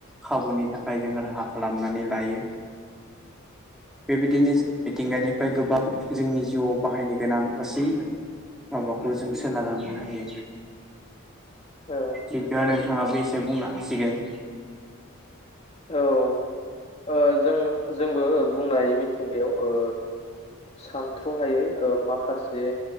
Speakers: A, in the centre; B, on the left.
A: खाबुनि थाखाय जों राहा खालामनानै लायो। बेबायदिनो जों मिथिंगानिफ्राय गोबां जोंनि जिउआव बाहायनो गोनां गासै माबाखौ जों सोनारनानै नायो।
B: औ
A: बिदा नोंथाङाबो एसे बुंनो हासिगोन।
B: औ औ ओ जों जोंबो बुंनो हायो मिथिंगायाव ओ सानथ्र'हायै ओ माखासे